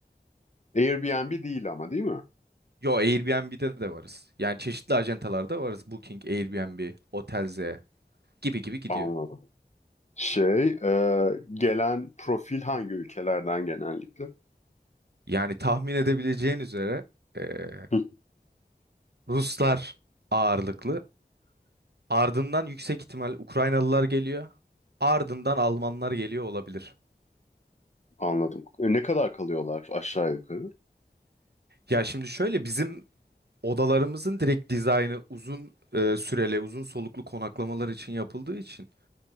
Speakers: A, on the left; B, on the right.
A: Airbnb değil ama değil mi?
B: Yo Airbnb'de de varız. Yani çeşitli acentalarda varız. Booking, Airbnb, otelze gibi gibi gidiyor.
A: Anladım. Şey, e, gelen profil hangi ülkelerden genellikle?
B: Yani tahmin edebileceğin üzere eee,
A: Hı,
B: Ruslar ağırlıklı. Ardından yüksek ihtimal Ukraynalılar geliyor. Ardından Almanlar geliyor olabilir.
A: anladım. E, ne kadar kalıyorlar aşağı yukarı?
B: Ya şimdi şöyle bizim odalarımızın direkt dizaynı uzun eee, süreli, uzun soluklu konaklamalar için yapıldığı için